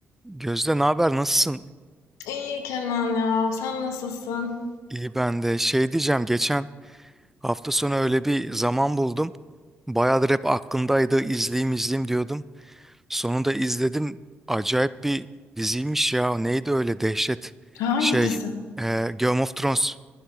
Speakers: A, in the centre; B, on the left.
A: Gözde ne haber nasılsın?
B: İyi Kenan ya. Sen nasılsın?
A: İyi ben de şey diyeceğim geçen hafta sonu öyle bir zaman buldum. Bayağıdır hep aklımdaydı izleyeyim izleyeyim diyordum. Sonunda izledim. Acayip bir diziymiş ya. Neydi öyle dehşet
B: Hangi
A: şey
B: dizi?
A: e, Game of Thrones.